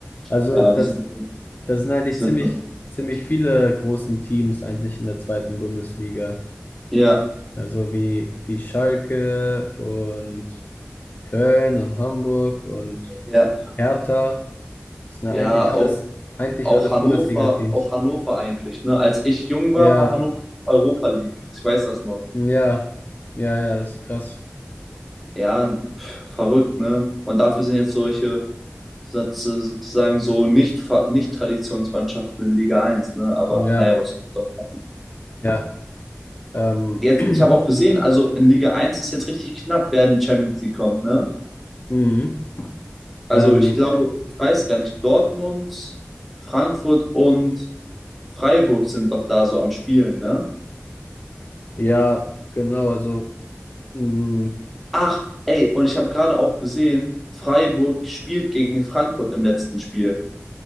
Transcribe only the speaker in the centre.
Ja,
die sind, die
sind
schon
schlecht.
Ja,
ja,
ja,
auch
auch
Hannover,
auch Hannover eigentlich. Ne? Als ich jung war,
war Hannover Europa League. Ich weiß das noch.
Ja, pff, verrückt, ne? Und dafür sind jetzt solche so- sozusagen so nicht, ver- nicht Traditionsmannschaften in Liga eins ne? Aber
naja, was soll man machen?
Jetzt,
ich habe auch gesehen, also in Liga eins ist jetzt richtig knapp, wer in die Champions League kommt, ne?
Also
ich glaube, ich weiß gar nicht, Dortmund, Frankfurt und Freiburg sind doch da so am Spielen, ne?
Ach, ey, und ich habe gerade auch gesehen, Freiburg spielt gegen Frankfurt im letzten Spiel.